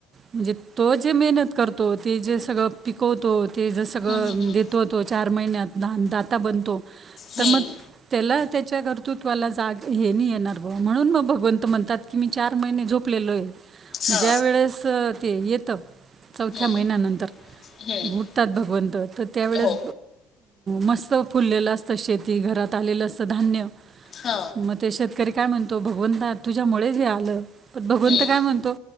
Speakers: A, on the right; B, on the left.
A: म्हणजे तो जे मेहनत करतो ते जे सगळं पिकवतो ते जर सगळं
B: हम्म हम्म
A: देतो होतो चार महिन्यात दान दाता बनतो
B: हम्म
A: तर मग त्याला त्याच्या कर्तृत्वाला जाग हे नाही येणार ब म्हणून मग भगवंत म्हणतात की मी चार महिने झोप
B: हम्म हा
A: ज्या वेळेस ते येत चौथ्या
B: हम्म
A: महिन्यानंतर
B: हम्म
A: उठतात भगवंत तर त्यावेळेस
B: हो
A: मस्त फुललेलं असतं शेती घरात आलेलं असतं धान्य
B: हा
A: मग ते शेत शेतकरी काय म्हणतो भगवता तुझ्यामुळेच हे आलं पण भगवंत
B: हम्म
A: काय म्हणतो